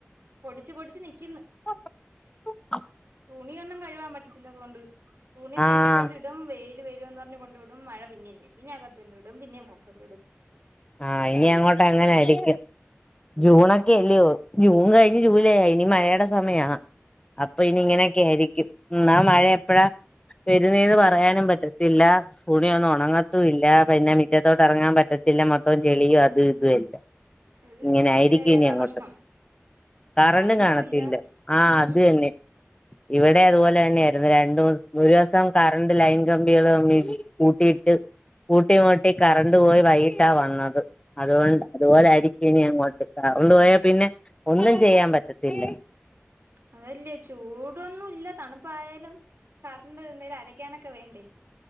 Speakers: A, on the right; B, on the left.
A: പൊടിച്ച് പൊടിച്ച് നിക്ക്ന്ന്
B: <inaudible>
A: തുണിയൊന്നും കഴുവാൻ പറ്റത്തില്ല അതോണ്ട് തുണി ഫ്രണ്ട്കൊണ്ട്
B: ആഹ്
A: ഇടും വെയില് പറഞ്ഞ കൊണ്ട് ഇടും മഴ പിന്നേ പെയ്യുംപിന്നെ അകത്ത കൊണ്ട് ഇടും പിന്നും പൊറത്ത് ക്ക്ടും
B: ആഹ് ഇനി അങ്ങോട്ട് എങ്ങനൊയിരിക്കും ജൂണൊക്കെ
A: ആ
B: അല്ലയോ ജൂൺ കഴഞ്ഞ് ജൂലൈ യായി ഇനി മഴയുടെ സമയാ അപ്പൊ ഇനി
A: ആ
B: ഇങ്ങനെയൊക്കെയിരിക്കും ന്നാ മഴയപ്പഴാ വരുന്നെന്ന് പറയാനും പറ്റത്തില്ല തുണിയൊന്നണങ്ങത്തി ഇല്ല പിന്നെ മുറ്റത്തോട്ട് എറങ്ങാൻ പറ്റത്തില്ല മൊത്തം ചെളിയും അതും ഇതു എല്ലോ
A: ഇത്
B: ഇങ്ങനായിരിക്കു
A: ഇന്ന് മഴയായതാ
B: ഇനി അങ്ങോട്ട്
A: പ്രശ്നം
B: കറണ്ടുംകാണത്തില്ല
A: കറണ്ടും ഇല്ല
B: ആഹ്
A: ഉം
B: അതന്നെ ഇവിടെ അതുപോലെന്നെയായിരുന്നു രണ്ട ഒരുവസം കറണ്ട് ലൈൻ കമ്പി <unintelligible> കൂട്ടിയിട്ട് കൂട്ടിമുട്ടി കറണ്ട് പോയി വൈയിട്ടാവന്ന്- അത് അതുകൊണ്ട് അതുപോലായിരിക്കും
A: ഓ
B: ഇനിങ്ങോട്ട് ട്ട ഓള് പോയാപിന്നെ ഒന്നുചെയ്യാ പറ്റത്ത- ത്തില്ല
A: അതല്ലേ ചൂടൊന്നുല്ല തണുപ്പായാലും കറണ്ട് എന്തിലും അരക്കാനൊക്കെ വേണ്ടേ